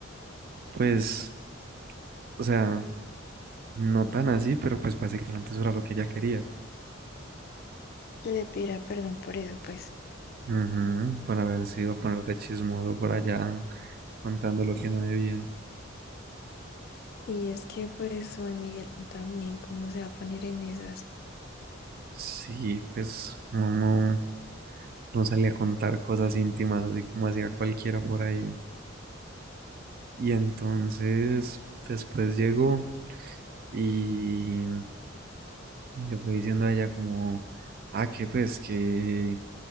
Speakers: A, on the right (about 50°); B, on the left (about 50°).
A: pues o sea, no tan así, pero pues básicamente eso era lo que ella quería.
B: que le pidiera perdón por eso, pues.
A: Ujú, para ver si iba a ponerte chismoso por allá contando lo que no debía
B: Y es que pues Juan Miguel también, ¿cómo se va a poner en esas?
A: Sí, pues uno no, no salía a contar cosas íntimas así como hacía cualquiera por ahí. Y entonces después llegó y, y le fue diciendo a ella como, ah, que pues que,